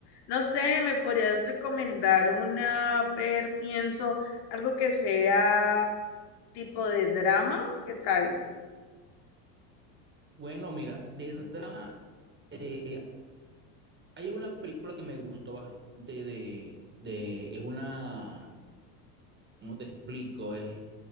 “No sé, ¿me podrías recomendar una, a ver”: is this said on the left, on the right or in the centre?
Left